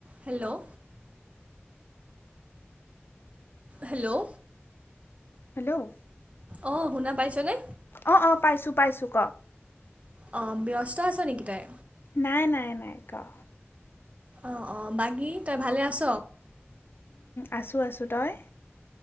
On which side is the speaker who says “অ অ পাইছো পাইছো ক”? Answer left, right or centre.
Left